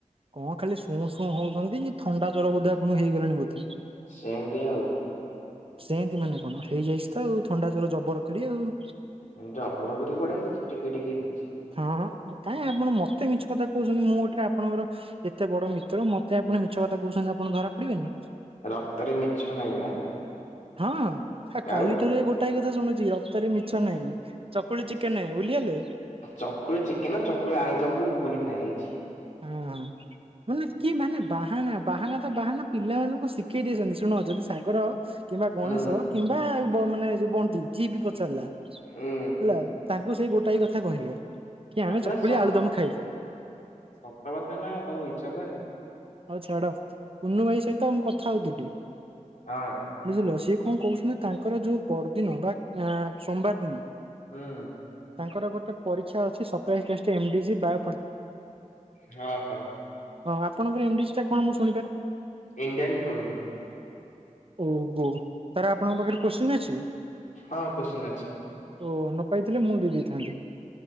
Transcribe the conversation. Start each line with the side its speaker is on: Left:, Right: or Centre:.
Right: କଣ ଖାଲି ଶୁଅଁ ଶୁଅଁ ହଉଛନ୍ତି ଥଣ୍ଡା ଜ୍ୱର ବୋଧେ ଆପଣଙ୍କୁ ହେଇଗଲାଣି ବୋଧେ?
Left: ସେମିତି ଆଉ।
Right: ସେମତି ମାନେ କଣ ହେଇଯାଇଛି ତ ଆଉ ଥଣ୍ଡା ଜର ଜବର କରି ଆଉ।
Left: ହୁଁ ଜବର କରି କୁଆଡ଼େ ହେଇଛି ଟିକେ ଟିକେ ହେଇଛି।
Right: ହଁ କାଇଁ ଆପଣ ମତେ ମିଛ କଥା କହୁଛନ୍ତି ମୁଁ ଗୋଟେ ଆପ ଆପଣଙ୍କର ଏତେ ବଡ ମିତ୍ର ମତେ ଆପଣ ଛ କଥା କହୁଛନ୍ତି ଆପଣ ଧରା ପଡିବେନି
Left: ରକ୍ତରେ ମିଛ ନାହିଁ ବା।
Right: ହଁ
Left: ଆଉ
Right: କାଲିଠାରୁ ଏ ଗୋଟାଏ କଥା ଶୁଣୁଛି ରକ୍ତରେ ମିଛ ନାହିଁ ଚକୁଳି ଚିକେନ ଭୁଲିଗଲେ?
Left: ଚକୁଳି ଚିକେନ ଚକୁଳି ଆଳୁଦମକୁ ଘୁଗୁନି ଖାଇଆ ହେଇଛି।
Right: ହୁଁ ମାନେ କି ମାନେ ବାହାନା ବାହାନା ତ ବାହାନା ପିଲାମାନଙ୍କୁ ଶିଖେଇ ଦେଇଛନ୍ତି ଶୁଣ ଯଦି ସାଗର କିମ୍ବା ଗଣେଶ
Left: ଉଁ
Right: କିମ୍ବା ବ ମାନେ ଯୁ ବନ୍ତି ଯିଏ ବି ପଚାରିଲା
Left: ହୁଁ।
Right: ହେଲା ତାଙ୍କୁ ସେଇ ଗୋଟାଏ କଥା କହିବ। କି ଆମେ
Left: ଆରେ
Right: ଚକୁଳି
Left: ସ
Right: ଆଳୁ ଦମ ଖାଇଚେ।
Left: ସତ କଥା ନା ଆଉ କଣ ମୁ ମିଛ କହେ।
Right: ହଉ ଛାଡ ପୁନୁ ଭାଇ ସହିତ ମୁଁ କଥା ହଉଥିଲି
Left: ହଁ
Right: ବୁଝିଲ ସିଏ କ କଣ କହୁଛନ୍ତି ତାଙ୍କର ଯୋଉ ପରଦିନ ବା ସୋମବାର ଦିନ
Left: ହଁ।
Right: ତାଙ୍କର ଗୋଟେ ପରୀକ୍ଷା ଅଛି ସଫ୍ଟଓୟାର ଏକେଷ୍ଟେ ରେ ଏମଡିଜି ବା
Left: ହଁ ହଁ।
Right: ହଁ ଆପଣଙ୍କର ଏମଡିସ୍ ଟା କଣ ମୁଁ ଶୁଣିପାରେ?
Left: Indian economy.
Right: ଓହୋ ତାହାଲେ ଆପଣଙ୍କ ପାଖରେ କୋଶ୍ଚିନ୍ ଅଛି?
Left: ହଁ କୋଶ୍ଚିନ୍ ଅଛି।
Right: ଓ ନ ପାଇଥିଲେ ମୁଁ ଦେଇଥାନ୍ତି।